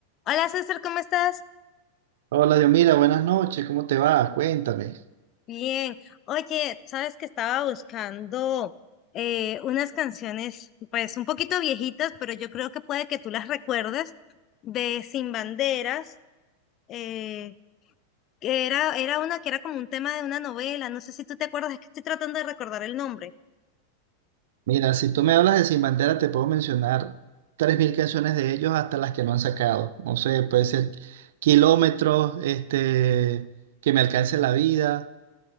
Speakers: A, on the left (about 35°); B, on the right (about 55°).
A: Hola César, ¿cómo estás?
B: Hola, Dios, mira, buenas noches, ¿cómo te va? Cuéntame.
A: Bien. Oye, sabes que estaba buscando eh, unas canciones, pues un poquito viejitas, pero yo creo que puede que tú las recuerdes, de Sin Banderas, eh, que era, era una que era como un tema de una novela, no sé si tú te acuerdas, es que estoy tratando de recordar el nombre.
B: Mira, si tú me hablas de Sin Bandera, te puedo mencionar 3.000 canciones de ellos hasta las que no han sacado. No sé, puede ser Kilómetros, este, Que me alcance la vida,